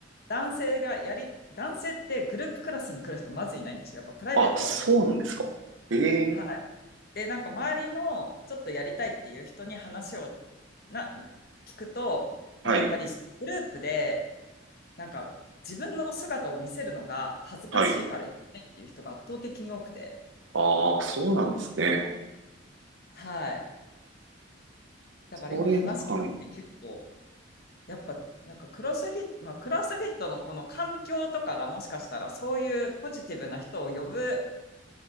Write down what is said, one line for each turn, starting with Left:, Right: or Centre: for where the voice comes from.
Left: 男性ではやり、男性ってグループクラスに来る人まずいないんですよ。やっぱプライベートが多く。
Right: あ、そうなんですか。ええ、
Left: はい。で、なんか周りのちょっとやりたいっていう人に話をな聞くと、
Right: はい、
Left: なんかやっぱりグループでなんか自分の姿を見せるのが恥ずかしいから言えないっていう人が圧倒的に多くて、
Right: はい。ああ、そうなんですね。
Left: はい。だから今話聞いて結構、
Right: それ、はい。
Left: やっぱなんかクロスフィット、まあ、クロスフィットのこの環境とかがもしかしたらそういうポジティブな人を呼ぶ